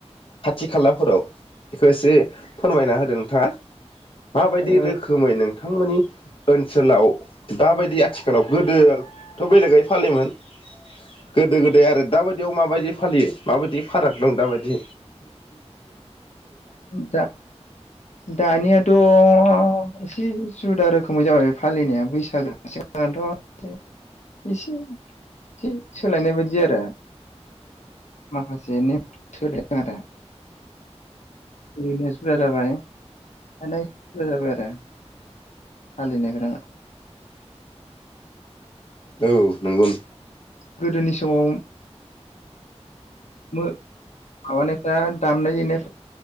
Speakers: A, on the left (about 50°); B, on the left (about 85°).
A: खाथि खालाफोराव बेखौ एसे फोरमायना होदों नोंथाङा। माबायदि
B: ओ
A: रोखोमै नों नोंथांमोननि ओनसोलाव दाबायदि आथिखालाव गोदोथ' बेलेगै फालियोमोन। गोदो गोदाय आरो दाबाय याव माबायदि फायो माबायदि फाराग दं दााबायदि
B: दा दानियाथ' अ एसे जुदा रोखोमै जाबाय बे फालिनाया बैसागो सिगांनाथ' एसे ए सोलायनाय बायदि आरो माखासे नेम सोलाय खोनादो ओरैनो जुदा जाबाय दाना एसे जुदा जाबाय आरो फालिनायफोरा।
A: औ नंगौ
B: गोदोनि समाव मो माबानायफ्रा दामनाय देनाय